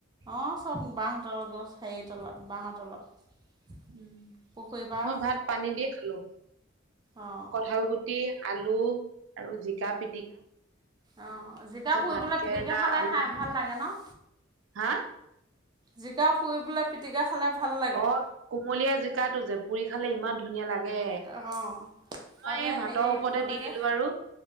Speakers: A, on the right (about 20°); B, on the right (about 85°).
A: অঁ চব বাঁহ তলত গছ হেৰিৰ তলত বাঁহৰ তলত।
B: উ
A: পুখুৰী পাৰত
B: মই ভাত পানী দি খালো
A: অঁ
B: কঠাল গুটি। টি আলু আৰু জিকা পি।
A: অ জিকা পুৰিবলৈ
B: ভাত কেৰেলা
A: পিটিকি খালে
B: আলু
A: খাই ভাল লাগে ন?
B: হা?
A: জিকা পুৰিবলৈ পিটিকা খালে ভাল লাগে।
B: অ কুমলীয়া জিকাটো যে পুৰি খালে ইমান ধুনীয়া লাগে।
A: অ',
B: মই
A: তাতে
B: এই ভাতৰ
A: হেৰিও
B: ওপৰতে
A: দিব
B: দি
A: লাগে
B: দিলো। আৰু